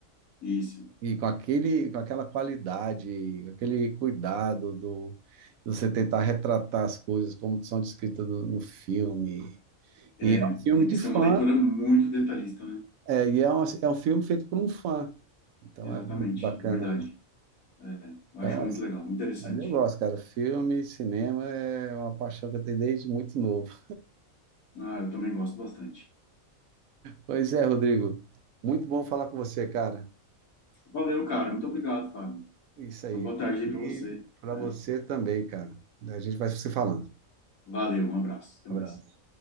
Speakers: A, on the left (about 80°); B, on the right (about 80°).
A: Isso.
B: E com aquele, com aquela qualidade, aquele cuidado do de você tentar retratar as coisas como são descritas no, no filme.
A: É,
B: E é um filme
A: tem
B: de
A: que
B: fã,
A: ser uma leitura muito detalhista, né?
B: é, e é um, é um filme feito por um fã. Então
A: Exatamente,
B: é muito bacana
A: é verdade. É, eu
B: Então,
A: acho muito
B: assim,
A: legal, muito interessante.
B: mas eu gosto, cara. Filme, cinema é uma paixão que eu tenho desde muito novo.
A: Ah, eu também gosto bastante.
B: Pois é, Rodrigo. Muito bom falar com você, cara.
A: Valeu, cara. Muito obrigado, Fábio.
B: Isso aí.
A: Uma boa tarde aí
B: E
A: para você.
B: para
A: É,
B: você também, cara. A gente vai se falando.
A: valeu, um abraço. Até
B: Abraço.
A: mais.